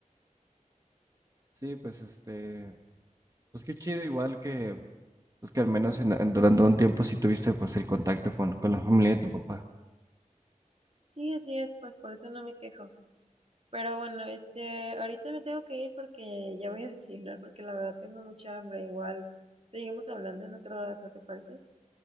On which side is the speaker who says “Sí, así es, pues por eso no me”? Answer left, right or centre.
Right